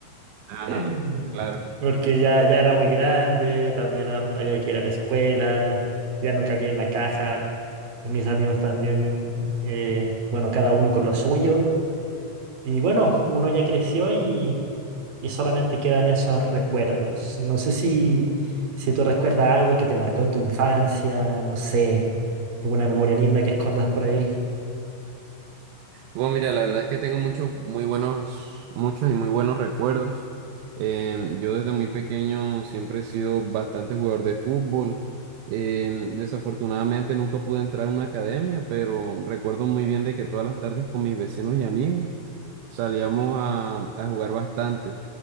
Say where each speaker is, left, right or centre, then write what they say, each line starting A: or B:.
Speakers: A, on the right; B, on the right.
A: Ajá,
B: <laughs>
A: claro.
B: porque ya, ya era muy grande, también ha- había que ir a la escuela, ya no cabía en la caja. Mis amigos también, eh, bueno, cada uno con lo suyo. Y bueno, uno ya creció y y solamente quedan esos recuerdos. No sé si, si tú recuerdas algo que te marcó en tu infancia, no sé, alguna memoria linda que escondas por ahí.
A: Bueno, mira, la verdad es que tengo muchos, muy buenos, muchos y muy buenos recuerdos. Em, yo desde muy pequeño siempre he sido bastante jugador de fútbol. Em, desafortunadamente nunca pude entrar a una academia, pero recuerdo muy bien de que todas las tardes con mis vecinos y amigos salíamos a, a jugar bastante.